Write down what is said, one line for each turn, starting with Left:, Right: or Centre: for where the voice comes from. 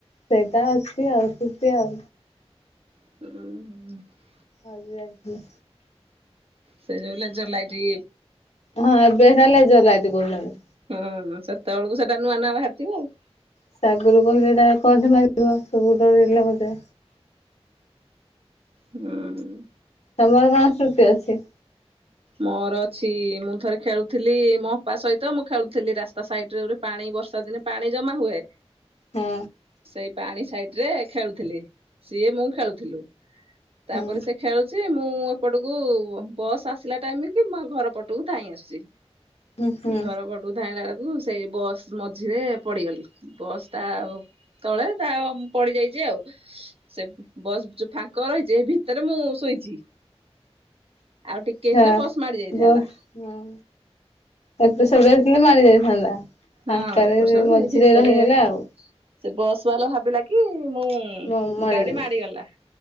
Left: ସେଇଟା ଅଛି ଆଉ ଆସିଚ଼ି ଆଉ।
Right: ଉୁଁ ହୁଁ।
Left: ଆଜି ଆସି
Right: ସେ ଲେଜର ଲାଇଟି
Left: ହଁ ଏବେ ହେରା ଲେଜର୍ ଲାଇଟ୍ କୋଉଚନ୍ତି।
Right: ହଁ ନ ସେତେଏଳକୁ ସେଟା ନୂଆ ନୂଆ ବାହାରିଥିବ ଆଉ।
Left: ସେ ଆଗୁରୁ କହିଲେ ଏଟା କଣ୍ଟେ ମାରିବ ସବୁ ଡରେଇଲେ ମୋତେ।
Right: ହୁ ଉୁଁ।
Left: ତମର କଣ ସୃତି ଅଛି?
Right: ମୋର ଅଛି ମୁଁ ଥରେ ଖେଳୁଥିଲି ମୋ ଅପା ସହିତ ମୁଁ ଖେଳୁଥିଲି ରାସ୍ ତା ସାଇଟ୍ ରେ ଗୋଟେ ପାଣି ବର୍ଷା ଦିନେ ପାଣି ଜମା ହୁଏ।
Left: ହଁ
Right: ସେଇ ପାଣି ସାଇଟ୍ ରେ ଖେଳୁଥିଲି, ସିଏ ମୁଁ ଖେଳୁଥିଲୁ ତାପରେ
Left: ହୁଁ
Right: ସେ ଖେଳୁ ଚେ ମୁଁ ଏପଟକୁ ବସ୍ ଆସିଲା ଟାଇମ୍ କି ମୁଁ ଘର ପଟକୁ ଧାଇଁ ଆସୁଚି।
Left: ହୁଁ ହୁଁ
Right: ଘର ପଟକୁ ଧାଇଁଲା ଆଳକୁ ସେଇ ବସ୍ ମଝିରେ ପଡିଗଲି, ବସ୍ ଟା ଆଉ ତଳେ ତା ପଡିଯାଇଚି ଆଉ। ସେ ବସ୍ ଯୋଉ ଫାଙ୍କ ରହିଚ଼ି ଭିତରେ ମୁଁ ଶୋଇଚି, ଆଉ ଟି
Left: ଆଚ୍ଛା।
Right: ଟିକେ ହେଇଥିଲେ ବସ୍ ମାଡ଼ି ଯାଇଥାନ୍ତା।
Left: ବସ୍ ହଁ ଏପଟେ
Right: ତାରେ
Left: ସେପଟେ ହେଇଥିଲେ ମାଡି ଯାଇଥାନ୍ତା।
Right: ହଁ
Left: ଫାଙ୍କାରେ
Right: ଏପର ସେପର
Left: ମଝିରେ
Right: ସେଇ ଭିତରେ
Left: ରହିଗଲେ ଆଉ
Right: ସେ ବସ୍ ବାଲା ଭାବିଲା କି ମୁଁ
Left: ମ ମଡେଇଦେଲେ।
Right: ଗାଡି ମାଡିଗଲା।